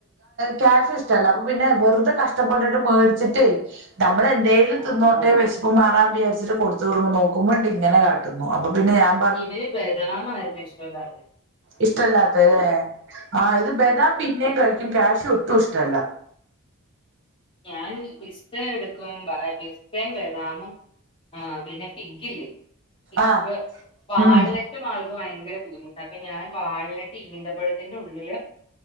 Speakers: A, on the right; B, on the left.
A: ക്യാഷ് ഇഷ്ടല്ലോ അപ്പൊ പിന്നെ വെറുതെ കഷ്ടപ്പെട്ടിട്ട് മേടിച്ചിട്ടേ നമ്മളെ എന്തേും
B: ആഹ്
A: തിന്നോട്ടെ വെശ്പ്പ്മാറാം വിചാരിച്ചിട്ട് കൊടുത്തുടുമ്പോ നോക്ക്മ്പോണ്ടിങ്ങനെ കാട്ടുന്നു അപ്പൊ പിന്നെ ഞാം
B: ഇവന് ബദാമായിരുന്നു ഇഷ്ട്ടല്ലാത്തെ
A: ഇഷ്ട്ടല്ലാത്തെ ലെ ആഹ് ഇത് ബദാം പിന്നെയും കഴിക്കും ക്യാഷു ഒട്ടും ഇഷ്ട്ടല്ല
B: ഞാൻ പിസ്ത എടു ക്കും പിസ്തെ ബദാമും ആഹ് പിന്നെ ഫിഗ്ഗില്ലേ ഫിഗ്ഗ്
A: ആഹ്
B: പാല്ല്
A: ഉം
B: റ്റും ആൾക്ക് ഭയങ്കര ബുദ്ധിമുട്ടാട്ടോ ഞാൻ വാൾനട്ട് ഈന്തപ്പഴത്തിന്റെ ഉള്ളില്